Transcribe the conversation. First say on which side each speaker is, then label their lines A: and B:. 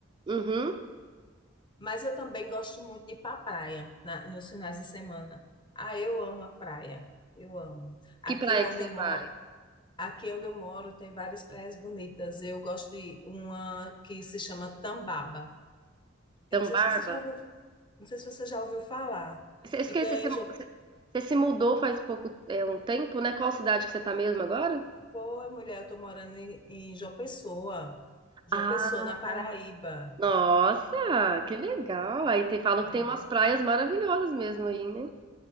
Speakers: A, on the right (about 25°); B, on the left (about 25°).
A: Uhum.
B: Mas eu também gosto muito de ir para a praia na- nos finais de semana. Ah, eu amo a praia. Eu amo. Aqui
A: Que praia
B: é onde
A: que você
B: eu moro,
A: vai?
B: aqui é onde eu moro tem várias praias bonitas. Eu gosto de uma que se chama Tambaba. Eu
A: Tambarba?
B: não sei se você já ouviu, não sei se você já ouviu falar.
A: Você- eu Esqueci,
B: Fica
A: você,
B: em
A: você-
B: João,
A: você se mudou faz pouco, é, um tempo, né? Qual cidade que você tá mesmo agora?
B: pô, mulher, eu tô morando em, em João Pessoa. João
A: Ah,
B: Pessoa, na Paraíba.
A: nossa, que legal. Aí tem, falam
B: É.
A: que tem umas praias maravilhosas mesmo aí, né?